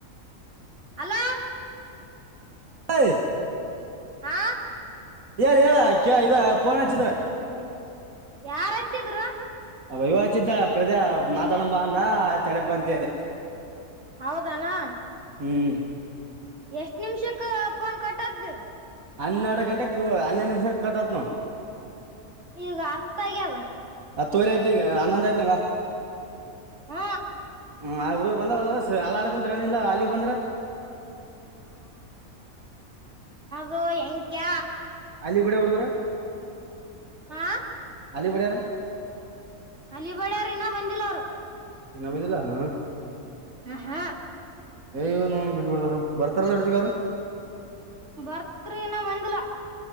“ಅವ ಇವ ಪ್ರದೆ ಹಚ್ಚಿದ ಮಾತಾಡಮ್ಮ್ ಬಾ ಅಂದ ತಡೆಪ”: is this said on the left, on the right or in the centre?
Right